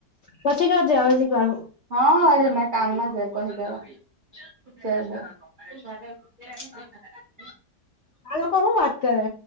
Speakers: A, on the left (about 70°); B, on the right (about 80°).
A: પછી જો જે <unintelligible>
B: હ મે કામમાં છે પહી કેવા <unintelligible>
A: આ લોકો હું વાત કરે